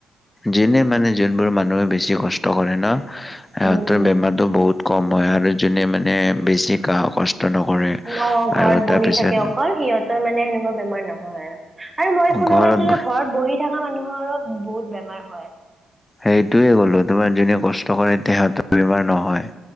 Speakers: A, on the left (about 15°); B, on the right (about 20°).
A: যেনে মানে যোনবোৰ মানুহে বেছি কষ্ট কৰে ন সিহঁতৰ
B: উম উম
A: বেমাৰ তো বহুত কম হয় আৰু যোনে মানে বেছি গা কচ কষ্ট নকৰে
B: ন ঘৰত
A: আৰু
B: বহি
A: তাৰপিছত
B: থাকে অকল সিহঁতৰ মানে সেনেকুৱা বেমাৰ নহয় আৰু আৰু মই শুনা
A: ঘৰত
B: পাইছো যে ঘৰত বহি থকা মানুহৰ ত বহুত বেমাৰ হয়
A: সেইটোয়ে ক'লো তোমাৰ যোনে কষ্ট কৰে তেহঁতৰ বেমাৰ নহয়।